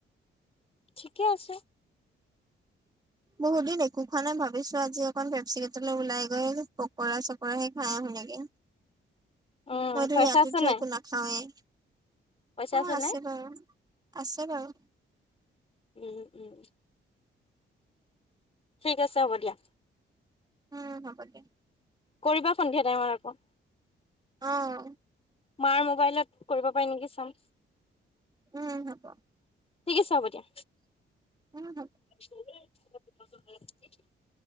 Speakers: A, on the left; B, on the right.
A: ঠিকে আছে।
B: বহুত দিন একো খোৱা নাই ভাবিছোঁ আজি অকণ বেবচিকটলৈ ওলাই গৈ পকৰা চকৰাহে খাই আহোঁ নেকি।
A: উম
B: মইতো
A: পইচা
B: ইয়াতেতো
A: আছে নাই
B: একো নাখাওৱেই
A: পইচা
B: অ আছে
A: নাই
B: বাৰু আছে বাৰু।
A: উম উম। ঠিক আছে হ'ব দিয়া।
B: উম হব দে।
A: কৰিবা সন্ধিয়া টাইমত আকৌ।
B: অঁ
A: মাৰ মোবাইলত কৰিব পাই নেকি চাম।
B: উম হব।
A: ঠিক আছে হ'ব দিয়া।
B: উম হ'ব।
A: <unintelligible> ম